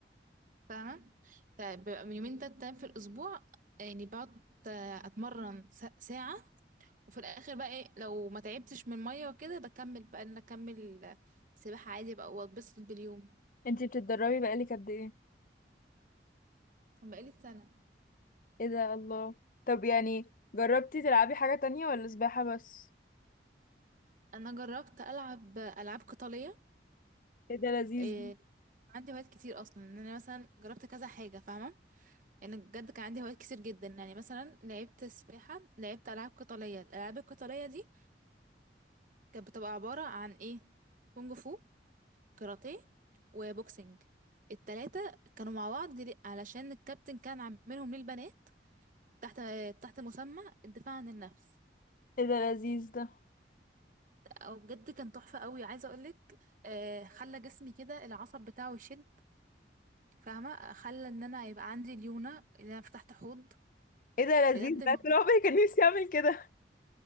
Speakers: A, on the right (about 45°); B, on the left (about 50°).
A: تمام فبيبقى من يومين تلات ايام في الاسبوع يعني بقعد آه، اتمرن س- ساعه وفي الاخر بقى إيه لو ما تعبتش من الميه وكده بكمل بقى ان انا اكمل سباحه عادي بقى واتبسط باليوم
B: انتي بتتدربي بقالك قد ايه
A: بقالي سنه
B: ايه ده الله طب يعني جربتي تلعبي حاجة تانية ولا سباحة بس
A: انا جربت العب العاب قتاليه
B: ايه ده لذيذ
A: آه،
B: ده.
A: عندي هوايات كتير اصلا ان انا مثلا جربت كذا حاجه فاهمه يعني بجد كان عندي هوايات كتير جدا يعني مثلا لعبت سباحه لعبت العاب قتاليه الالعاب القتاليه دي كانت بتبقى عباره عن ايه كونج فو كاراتيه وبوكسنج التلاتة كانوا مع بعض ليه؟ علشان الكابتن كان عاملهم للبنات تحت تحت مسمى الدفاع عن النفس
B: ايه ده لذيذ ده
A: او بجد كان تحفه قوي عايزه اقولك آه، خلى جسمي كده العصب بتاعه يشد فاهمه خلى ان انا يبقى عندي ليونه ان انا فتحت حوض
B: ايه ده لذيذ
A: بجد
B: ده
A: الموضوع
B: طول عمري كان نفسي اعمل كده